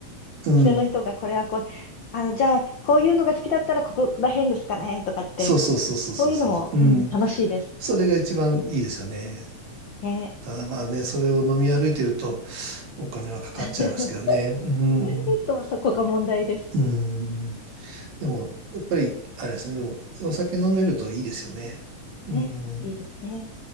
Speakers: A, on the right; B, on the left.
A: う。うん。
B: 普通の人が、これはこう、あの、じゃあ、こういうのが好きだったら、ここら辺ですかね、とかって。
A: そうそうそうそうそうそうそう。
B: そういうのも、
A: うん。
B: うん、楽しいです。
A: それが一番いいですよね。
B: ね。
A: ただまあね、それを飲み歩いてるとお金はかかっちゃいますけどね。
B: <laughs>
A: うん。
B: そう、そこが問題です。
A: うん。でも、やっぱり、あれですね。でも、お酒飲めるといいですよね。うん。
B: ね。いいですね。